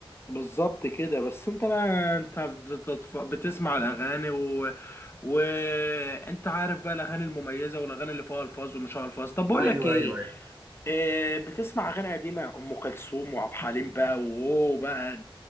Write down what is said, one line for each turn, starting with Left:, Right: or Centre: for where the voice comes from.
Left: بالظبط كده بس انت بقى انت بتتف... بتسمع الاغاني و... وانت عارف بقى الاغاني المميزه والاغاني اللي فيها الفاظ ومش فيها الفاظ طب بقول
Right: ايوه
Left: لك ايه
Right: ايوه ايوه
Left: آه بتسمع اغاني قديمه ام كلثوم وعبد الحليم بقى واوه بقى